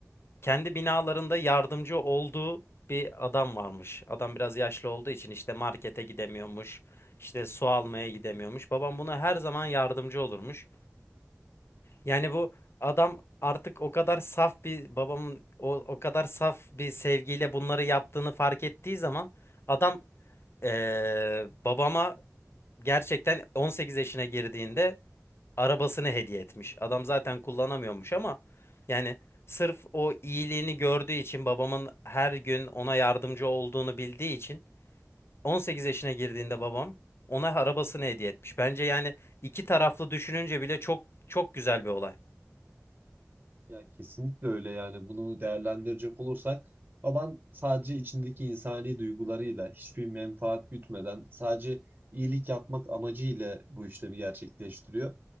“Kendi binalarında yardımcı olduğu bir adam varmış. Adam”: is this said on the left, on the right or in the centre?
Left